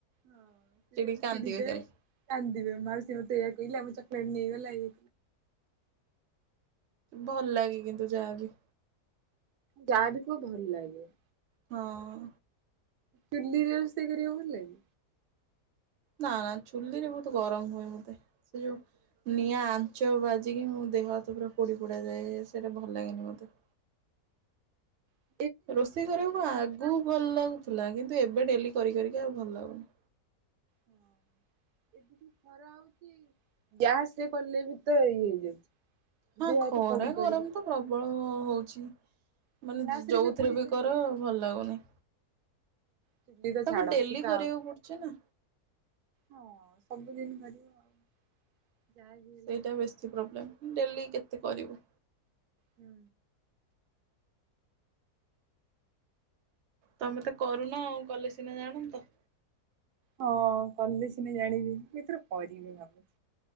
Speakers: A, on the right; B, on the right.
A: ହଁ ସେ
B: ଚିଡିକି
A: ଜଦି
B: କାନ୍ଦିବେ
A: ଚିଡ଼ିଯାଏ।
B: ଖାଲି
A: କାନ୍ଦିବେ ମାଉସି ମତେ ୟାକହିଲା ଆମ ଚକଲେଟେ ନେଇଗଲା ଏ।
B: ଭଲ ଲାଗେ କିନ୍ତୁ ଯାହାବି।
A: ଯାଆବି କୁଅ ଭଲ ଲାଗେ।
B: ହଁ।
A: ଚୁଲିରେ ରୋଷଇ କରିିବାକୁ ଭଲ ଲାଗେ?
B: ନା ବା ଚୁଲିରେ ବହୁତ ଗରମ ହୁଏ ମତେ ସେ ଯୋଉ ନିଆଁ ଆଞ୍ଚ ବାଜ ଜିକି ମୋ ଦେହ ହାତ ପୁରା ପୋଡ଼ି ପୁଡ଼ାଯାଏ ସେଇଟା ଭଲ ଲାଗେନି ମୋତେ।
A: ହଁ।
B: ରୋଷେଇ କରିବାକୁ ଆଗକୁ ଭଲ ଲାଗୁଥିଲା କିନ୍ତୁ ଏବେ ଡେଲି କରି କରିକା ଆଉ ଭଲ ଲାଗୁନି।
A: ହଁ ଏବେ ଯୋଉ ଖ ରା ହଉଚି ଗ୍ୟାସ ରେ କଲେ ବି ତ ଏଇ ହେଇଯାଉଛି।
B: ହଁ
A: ଦେହ
B: ଖରା
A: ହାତ ପୋଡି ପାଡି
B: ଗରମ ତ ପ୍ରବଳ ହଉଛି।
A: ଗ୍ୟାସ
B: ମାନେ ଯ
A: ରେ
B: ଯୋଉଥିରେ
A: ପୋଡି
B: ବି
A: ପାଡି
B: କର
A: ଯାଏ
B: ଭଲ ଲାଗୁନି।
A: ଚୁଲି ତ
B: ତାପରେ
A: ଛାଡ
B: ଡ଼େଲି
A: ସେ ତ
B: କରିବାକୁ
A: ଆଉ
B: ପଡ଼ୁଛି ନା।
A: ହଁ ସବୁଦିନି କରିବ ଆଉ। ଯାହା ବି ହେଲେ
B: ସେଇଟା ବେଶୀ ପ୍ରୋବ୍ଲେମେ ଡ଼େଲି କେତେ କରିବୁ?
A: ହୁଁ।
B: ତମେ ତ କରୁନ କଲେ ସିନା ଜାଣନ୍ତ।
A: ହଁ କଲେ ସିନା ଜାଣିବି ଏଥର କରିବି ଭାବୁଛି।